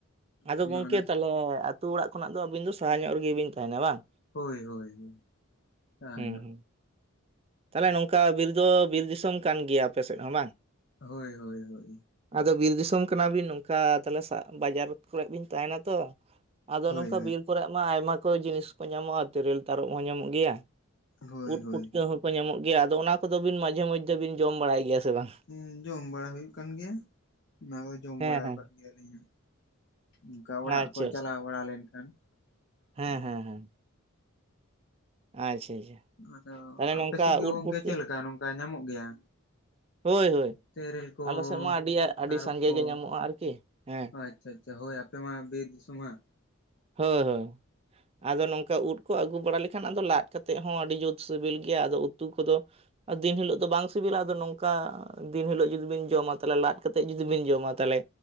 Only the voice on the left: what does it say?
ᱚᱱᱟ
ᱚᱱᱟ
ᱦᱳᱭ ᱦᱳᱭ ᱦᱳᱭ ᱥᱟᱦᱟ
ᱧᱚᱜ
᱾
ᱦᱳᱭ ᱦᱳᱭ ᱦᱳᱭ
ᱦᱳᱭ
ᱦᱳᱭ
ᱦᱳᱭ
ᱦᱳᱭ
ᱦᱩᱸ ᱡᱚᱢ ᱵᱟᱲᱟ ᱦᱩᱭᱩᱜ ᱠᱟᱱ ᱜᱮᱭᱟ ᱚᱱᱟ ᱠᱚᱫᱚ ᱡᱚᱢ
ᱵᱟᱲᱟ
ᱟᱠᱟᱫ ᱜᱮᱭᱟᱞᱤᱧ ᱦᱟᱜ᱾ ᱚᱱᱠᱟ ᱚᱲᱟᱜ
ᱠᱚ ᱪᱟᱞᱟᱣ
ᱵᱟᱲᱟ ᱞᱮᱱᱠᱷᱟᱱ,
ᱦᱩᱸ
ᱟᱫᱚ
ᱟᱯᱮᱥᱮᱫ
ᱜᱮ
ᱜᱚᱝᱠᱮ
ᱪᱮᱫᱞᱮᱠᱟ ᱚᱱᱠᱟ ᱧᱟᱢᱚᱜ ᱜᱮᱭᱟ?
ᱛᱮᱨᱮᱞ ᱠᱚ?
ᱛᱟᱨᱚᱵ
ᱠᱚ
ᱟᱪᱪᱷᱟ ᱟᱪᱪᱷᱟ ᱦᱳᱭ ᱟᱯᱮ ᱢᱟ ᱵᱤᱨ ᱥᱚᱢ ᱦᱟᱸᱜ